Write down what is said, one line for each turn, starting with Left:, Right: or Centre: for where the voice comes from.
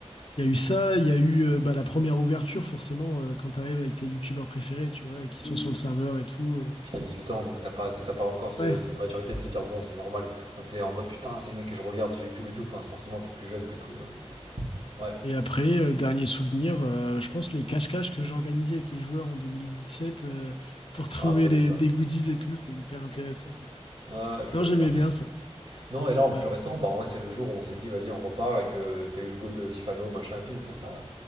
Left: Il y a eu ça, il y a eu euh, bah, la première ouverture, forcément, euh, quand t'arrives avec tes youtubeurs préférés, tu vois, et qui sont sur le serveur et tout. euh,
Right: Puis
Left: c'est...
Right: t'as 18 ans, donc t'as pas, t'sais, t'as pas encore ce-
Left: Ouais,
Right: cette maturité de te dire, bon, c'est normal. Enfin, t'es en mode, putain, c'est le mec que je regarde sur YouTube et tout. Enfin, c'est- forcément, t'es plus jeune, t'es plus. euh, Ouais,
Left: Et après, euh, dernier souvenir, euh, je pense les cache-cache que j'organisais avec les joueurs en 2017 euh, pour trouver
Right: je me rappelle
Left: les,
Right: de ça.
Left: des goodies et tout, c'était hyper intéressant. donc, euh,
Right: Ouais, je suis
Left: Non,
Right: d'accord.
Left: j'aimais bien ça.
Right: Non, et là, en
Left: Ouais.
Right: plus récent, bah, en vrai, c'est le jour où on s'est dit, vas-y, on repart et que t'as eu le go de Sifano, machin et tout. Ça, ça,